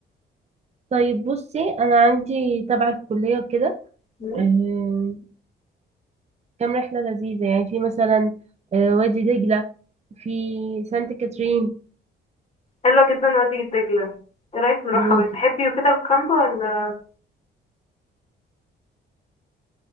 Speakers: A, on the right; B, on the left.
A: طيب بصي انا عندي تبع الكليه وكده
B: م?
A: آه، كام رحله لذيذه يعني في مثلا آه، وادي دجله في سانت كاترين
B: حلوة جدا وادي الدجلة ايه رأيك نروحها
A: و
B: بتحبي وكده الكامب ولا